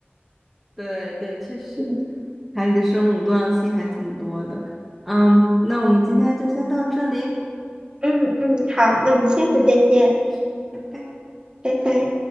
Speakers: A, in the centre; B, on the right (about 25°).
A: <laughs> 对对，确实，
B: 嗯
A: 海里的生物多样性还挺多的。嗯，那我们今天就先到这里，
B: 嗯嗯，好，那我们下次再见，
A: 好，拜拜。
B: 拜拜。